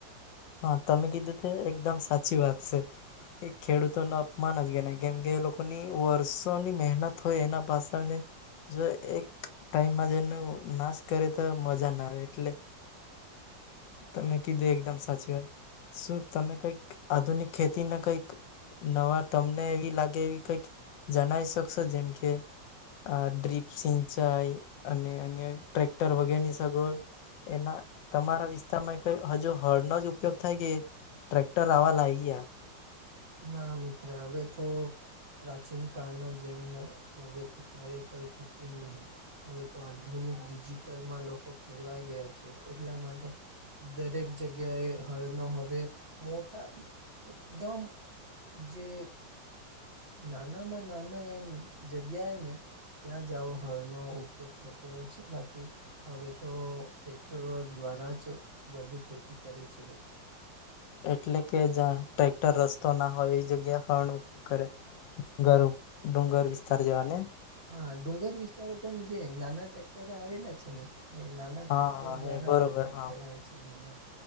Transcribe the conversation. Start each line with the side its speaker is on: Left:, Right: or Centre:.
Left: હા તમે કીધું તે એકદમ સાચી વાત છે. એ ખેડૂતો ન અપમાન જ ગણ કેમ કે એ લોકોની વર્ષોની મહેનત હોય એના પાછળને. જો એક ટાઈમમાં જેનો નાશ કરે. મજા ના આવે એટલે. તમે કીધું એકદમ સાચી વાય શું તમે કંઈક આધુનિક ખેતીને કંઈક. નવા તમને એવી લાગે એવી કંઈક જણાવ શકશો જેમ કે. આ ડ્રીપ સિંચાઈ અને અનક. ર વગેર ની સગવડ એના તમારા વિ? તારમાં કઈ હજુ હળનો જ ઉપયોગ થાય કે ટ્રેક્ટર આવવા લાગી્યા.
Right: ના મિત્ર હવે તો. પ્રાચીન કાળના જેમ હવે તો ક કઈ થતું જ નહીિ. હવે તો આધુનિક ડિજિટલમાં લોકો ફેરવાઈ ગયા છે એટલા માટે. દરેક જગ્યાએ હળનો હવે મોટા એકદમ. જે? નાના માં નાના એમ જગ્યાએ ને? ત્યાં જઓો હળનોો ઉપયોગ થતો હોય છે બાકી હવે તો ટટેક્ટરો દ્વારા જ બધુ ખેતી કરે છે લોકો
Left: એટલે કે જ્યા ટ્રેક્ટર રસ્તો ના હોય એ જગ્યા હણ ઉપયોગ કરે ડુંગર ડુંગર વિસ્તાર જવાને
Right: હા ડુંગર વિસ્તારો પણ જે નાના ટટેક્ટરો આવેલા છે ને એ નાના
Left: હા
Right: ટેક્ટો
Left: હા
Right: દ્વારા
Left: એ બરોબર
Right: ઉપજ
Left: હા
Right: ચડાવે છે ડુંગર.